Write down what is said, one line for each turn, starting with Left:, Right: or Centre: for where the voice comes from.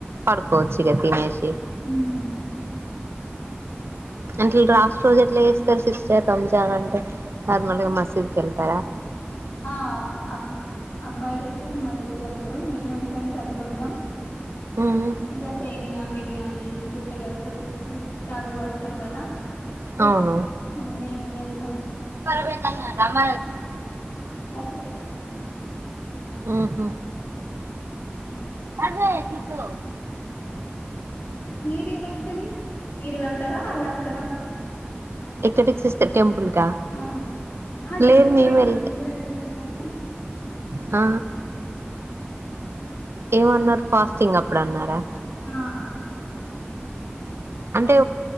Right: పడ్కోచ్చిగా
Left: మాది కూడా అలాగే
Right: తినేసి
Left: ఉమ్
Right: మన్కి రాష్టట్ రోజ్ ఎట్లా చేస్తారు సిస్టర్ రంజాన్ అంటే నార్మల్గా మసీద్కి వెళ్తారా
Left: ఆ అబ్బ అబ్బాయిలైతే మది వెళ్తారా మేమ్ ఇంట్లోనే చదుతుంటాం
Right: ఉమ్
Left: ఇగా సేమియా బిర్యానీ చుట్టలు వస్తారు చుట్టాలు వస్తారు గదా
Right: అవును
Left: ఉమ్ మేమ్ వెళ్
Right: ఉమ్
Left: అలా సెలబ్రేట్ చేసుకుంటాం
Right: ఉహో అదే నితో.
Left: గీరేమైండది మీరు వెళ్తరా వాళ్ళొస్తర.
Right: ఎక్కటిక్సిస్త టెంపుల్క
Left: ఆ ఆ
Right: లేదు
Left: టెంపుల్
Right: మేమెల్త.
Left: కి మీరే వెళ్తారు కానీ
Right: ఆ. ఏమన్నారు ఫాస్టింగ్ అప్పుడన్నారా
Left: ఆ
Right: అంటే